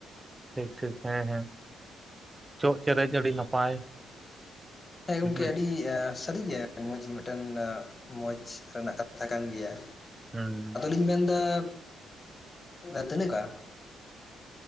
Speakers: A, on the right (about 15°); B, on the left (about 30°).
A: ᱴᱷᱤᱠ ᱴᱷᱤᱠ ᱦᱮᱸ ᱦᱮᱸ ᱪᱚᱜ ᱪᱮᱨᱮᱡ ᱟᱹᱰᱤ ᱱᱟᱯᱟᱭ
B: ᱦᱮᱸ ᱜᱚᱝᱠᱮ
A: ᱦᱩᱸ
B: ᱟᱹᱰᱤ ᱥᱟᱹᱨᱤᱜᱮ ᱢᱚᱡᱽ ᱜᱮ ᱢᱤᱫᱴᱮᱱ ᱮ ᱢᱚᱡᱽ ᱨᱮᱱᱟᱜ ᱠᱟᱛᱷᱟ ᱠᱟᱱ ᱜᱮᱭᱟ
A: ᱦᱩᱸ ᱦᱩᱸ
B: ᱢᱮᱱᱫᱟᱢ <unintelligible>